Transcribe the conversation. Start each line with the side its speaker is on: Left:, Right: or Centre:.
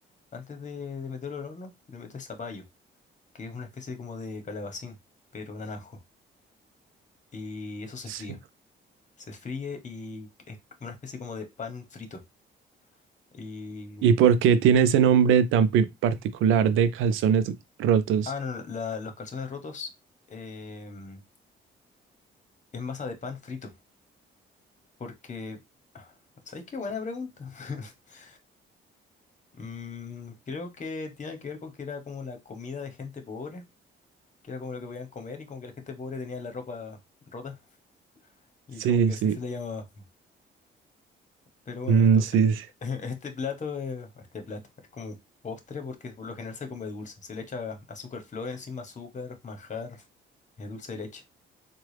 Left: antes de, de meterlo al horno, le metes zapallo, que es una especie como de calabacín, pero naranjo. Y eso se
Right: Sí.
Left: fríe. Se fríe y es una especie como de pan frito. Y...
Right: ¿Y por qué tiene ese nombre tan pi- particular de calzones rotos?
Left: Ah, no, la- los calzones rotos em, es masa de pan frito. Porque... ¿Sabéis qué buena pregunta? <laughs> Mm, creo que tiene que ver con que era como la comida de gente pobre, que era como lo que podían comer y como que la gente pobre tenía la ropa rota y
Right: Sí,
Left: como que así
Right: sí,
Left: se le llamaba. Pero bueno,
Right: mm,
Left: esto,
Right: sí,
Left: es-
Right: sí.
Left: <laughs> este, plato, eh, este plato es como postre porque por lo general se come dulce. Se le echa azúcar flor encima, azúcar, manjar, eh, dulce de leche.